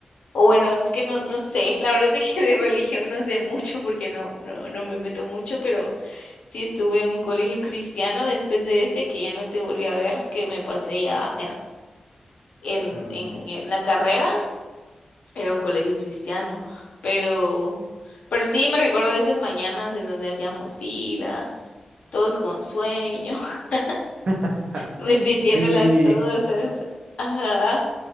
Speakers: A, on the left (about 85°); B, on the right (about 50°).
A: o bueno, es que no, no sé, la verdad es de que de religión no sé mucho porque no, no, no me meto mucho, pero sí estuve en un colegio cristiano después de ese que ya no te volví a ver, que me pasé ya. en,
B: ujú.
A: en, en la carrera era un colegio cristiano, pero, pero sí me recuerdo de esas mañanas en donde hacíamos fila, todos con sueño, <laughs>
B: <laughs>
A: repitiendo
B: Sí,
A: las cosas. Ajá.